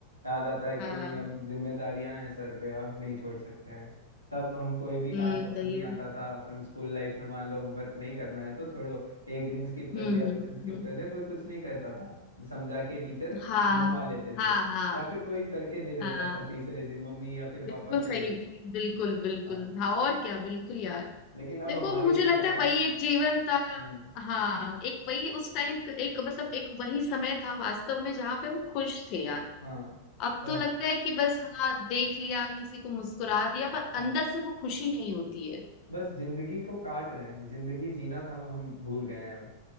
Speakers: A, on the right; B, on the left.
A: याद आता है कि
B: हाँ
A: नहीं अब जिम्मेदारियां हैं सर पे अब नहीं छोड़ सकते हैं तब हम कोई भी काम
B: हम्म
A: पसंद
B: सही
A: नहीं आता था अपन स्कूल लाइफ में मान लो होमवर्क नहीं करना है तो छोड़ो एक दिन स्किप कर
B: हम्म
A: दिया
B: हम्म
A: दो दिन स्किप
B: हम्म।
A: कर दिया कोई कुछ नहीं कहता था समझा के टीचर
B: हाँ
A: मनवा लेते
B: हाँ
A: थे
B: हाँ
A: या फिर कोई करके दे देता
B: हाँ
A: था तीसरे दिन मम्मी या फिर पापा
B: बिल्कुल
A: कोई
B: सही
A: भी
B: बिल्कुल बिल्कुल
A: हाँ
B: हाँ और क्या बिल्कुल यार
A: लेकिन अब
B: देखो
A: हमारे
B: मुझे
A: हिस्से
B: लगता
A: का
B: है
A: काम
B: वही एक जीवन था
A: हम्म
B: हाँ एक वही उस टाइम एक मतलब एक वही समय था वास्तव में जहाँ पे हम खुश थे यार
A: हाँ
B: अब
A: वही
B: तो लगता है कि बस हाँ देख लिया किसी को मुस्कुरा दिया पर
A: हाँ
B: अंदर से वो खुशी नहीं होती है
A: बस जिंदगी को काट रहे हैं जिंदगी जीना था वो हम भूल गए हैं अब